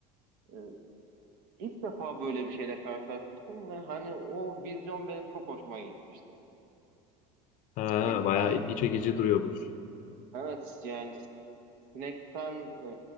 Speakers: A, on the right; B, on the left.
A: Ee, ilk defa böyle bir şeyle karşılaşmıştım ve hani o vizyon benim çok hoşuma gitmişti.
B: Ha,
A: Sinekten,
B: bayağı ilgi çekici duruyormuş.
A: evet yani sinekten e,